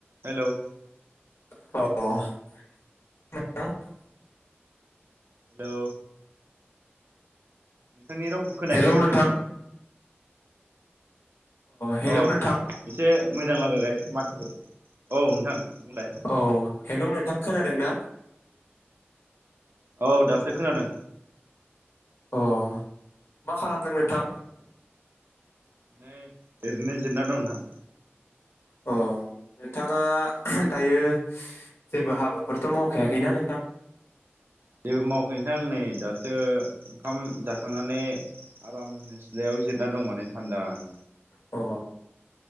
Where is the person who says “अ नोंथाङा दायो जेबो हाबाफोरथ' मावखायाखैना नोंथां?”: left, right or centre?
Left